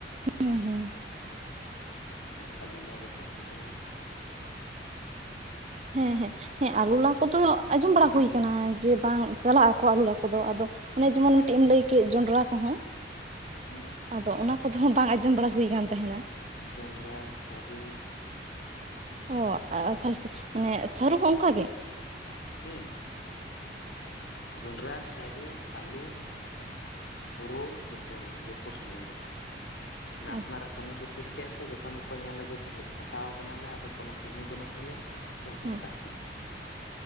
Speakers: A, on the right; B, on the left.
A: ᱦᱩᱸ ᱦᱩᱸ᱾
B: ᱟᱨ ᱟᱞᱩ ᱞᱟ ᱡᱚᱠᱷᱟᱡ ᱠᱚ ᱪᱟᱞᱟᱜ-ᱟ᱾
A: ᱦᱮᱸ ᱦᱮᱸ ᱦᱮᱸ ᱟᱞᱩ ᱞᱟ ᱠᱚᱫᱚ ᱟᱸᱡᱚᱢ ᱵᱟᱲᱟ ᱦᱩᱭ ᱟᱠᱟᱱᱟ ᱡᱮ ᱵᱟᱝ ᱪᱟᱞᱟᱜ ᱟᱠᱚ ᱟᱞᱩ ᱞᱟ ᱠᱚᱫᱚ ᱟᱫᱚ᱾ ᱚᱱᱮ ᱡᱮᱢᱚᱱ ᱢᱤᱴᱤᱜ ᱮᱢ ᱞᱟᱹᱭ ᱠᱮᱜ ᱡᱚᱸᱰᱨᱟ ᱠᱚᱦᱚᱸ᱾
B: ᱦᱩᱸ
A: ᱟᱫᱚ ᱚᱱᱟ ᱠᱚᱫᱚ ᱵᱟᱝ ᱟᱸᱡᱚᱢ ᱵᱟᱲᱟ ᱦᱩᱭ ᱠᱟᱱ ᱛᱟᱦᱮᱱᱟ᱾
B: ᱡᱚᱸᱱᱰᱨᱟ ᱥᱟᱨᱩ᱾
A: ᱚ ᱟᱻ ᱛᱟᱦ ᱢᱟᱱᱮ ᱥᱟᱹᱨᱩ ᱦᱚᱸ ᱚᱱᱠᱟ ᱜᱮ᱾
B: ᱦᱮᱸ᱾ ᱡᱚᱸᱱᱰᱨᱟ ᱥᱟᱨᱩ ᱟᱞᱩ᱾ ᱦᱳᱲᱳ ᱡᱚᱛᱚ ᱨᱮ ᱡᱚᱛᱚ ᱥᱚᱢᱚᱭ ᱨᱮᱜᱮ ᱚᱱᱮ
A: ᱟᱪᱪᱷᱟ
B: ᱟᱯᱱᱟᱨᱟᱜ᱾ ᱠᱟᱹᱢᱤ ᱠᱚ ᱥᱟᱹᱛ ᱠᱮᱜ ᱥᱮ ᱡᱚᱠᱷᱚᱱ ᱜᱮᱠᱚ ᱧᱮᱞᱟ ᱡᱮ ᱯᱷᱟᱠᱟᱣ ᱠᱟᱱᱟᱞᱮ ᱟᱫᱚ ᱠᱚᱱᱳ ᱠᱟᱹᱢᱤ ᱵᱟᱹᱱᱩᱜ ᱛᱟᱞᱮᱭᱟ᱾ ᱪᱚ
A: ᱦᱮᱸ
B: ᱞᱟᱛᱟᱨ ᱫᱤᱥᱚᱢ᱾